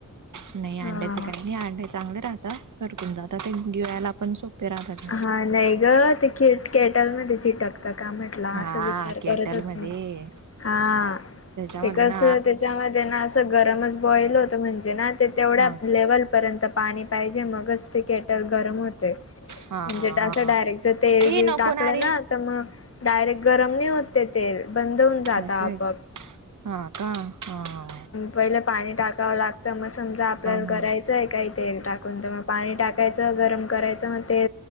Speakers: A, on the right (about 65°); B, on the left (about 45°).
A: नाही अंड्याच
B: हा
A: काही नाही अंड्या चांगले राहतात सरकून जातात ते गिळायला आपण सोपे राहतात.
B: हा नाही ग ते केटल मध्ये चिटकत का म्हण टल अस
A: हा
B: विचार
A: केटल
B: करत होते
A: मध्ये
B: मी हा.
A: त्याच्यामध्ये
B: ते कस
A: ना
B: त्याच्यामध्ये ना असं गरमच बॉईल होत म्हणजे ना ते तेवढ्या
A: हा
B: लेवल पर्यंत पाणी पाहिजे मगच ते केटल गरम होतय.
A: हा
B: म्हणजे
A: हा
B: असं
A: हा
B: डायरेक्ट जर तेल
A: ए
B: बिल
A: नको
B: टाकलं
A: रे
B: ना तर मग डायरेक्ट गरम नाही होते तेल बंद होऊन जात
A: असं
B: आपोआप.
A: आहे का हा का हा.
B: पहिलं पाणी टाकावं लागतं मग समजा आपल्याला
A: हम्म
B: करायच आहे काही तेल टाकून तर मग पाणी टाकायचं गरम करायचं मग ते